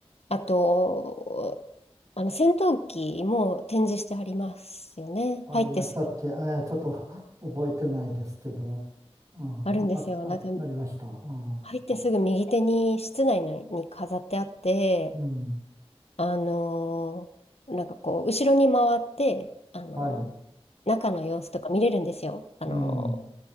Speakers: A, on the left (about 75°); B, on the right (about 30°).
A: あと、あの戦闘機も展示してありますよね。
B: ありましたっけええちょっと
A: 入ってすぐ、
B: <laughs> 覚えてないですけど。うん。
A: あるんですよ。
B: あ、あ、
A: なんか、
B: なりました。うん。
A: 入ってすぐ右手に室内のに飾ってあって、
B: うん
A: あのーなんかこう、後ろに回って、あの
B: はい。
A: ー中の様子とか見れるんですよ。あの
B: うん。